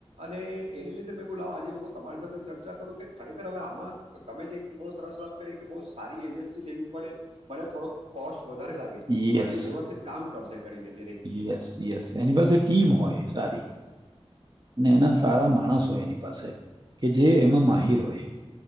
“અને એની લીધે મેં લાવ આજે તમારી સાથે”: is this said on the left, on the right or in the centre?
Right